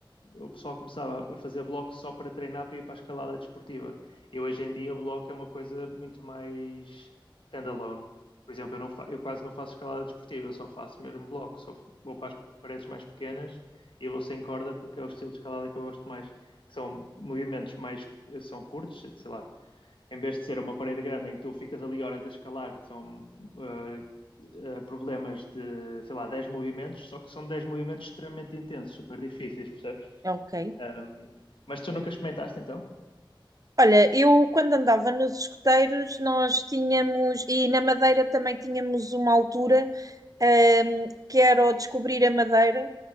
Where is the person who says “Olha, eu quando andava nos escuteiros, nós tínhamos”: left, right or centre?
Right